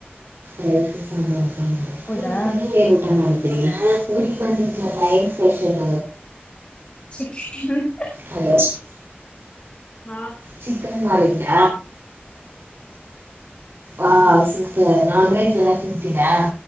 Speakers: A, on the right; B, on the left.
A: ರೈಸ್ ಸಾಂಬಾರ್ ಅಕ್ಕ
B: ಹೌದಾ
A: <unintelligible> ಊಟ ಮಾಡ ಊರಿಗ್ ಬಂದಿದ್ವಲ್ಲ ಏನ್ ಸ್ಪೆಷಲ್.
B: <unintelligible>
A: ಹಲೋ.
B: ಹ.
A: ಚಿಕನ್ ಮಾಡಿದ್ರ. ಹಾ ಸ್ವಲ್ಪ ನಾನ್ ವೆಜ್ ಎಲ್ಲ ತಿಂತೀರಾ.